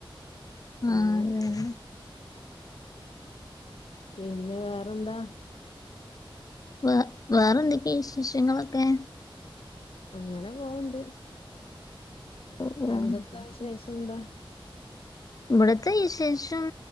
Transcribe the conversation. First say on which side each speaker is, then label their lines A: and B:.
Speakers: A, on the left; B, on the left.
A: ആ
B: അങ്ങനെ
A: അതെ അതെ
B: പിന്നെ വേറെന്താ
A: വ വേറെ എന്തൊക്കെയാ വിശേഷങ്ങളൊക്കെ
B: അങ്ങനെ പോവണ്ട്
A: ഓ
B: അവിടത്തെ
A: ഓ
B: വിശേഷ ഷന്ത
A: ഇവിടത്തെ വിശേഷം